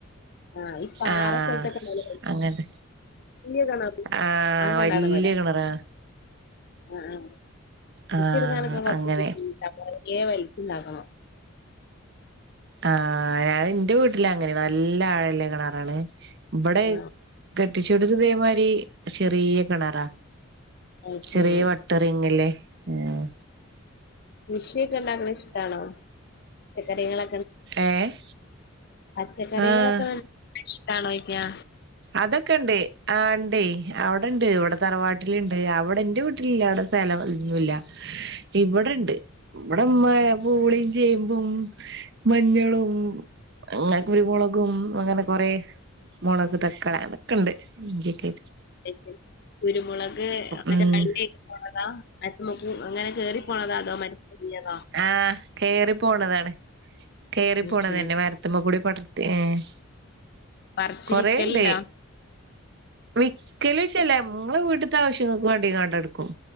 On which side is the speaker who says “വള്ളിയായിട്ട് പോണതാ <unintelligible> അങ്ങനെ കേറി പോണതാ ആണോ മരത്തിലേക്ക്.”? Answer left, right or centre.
Left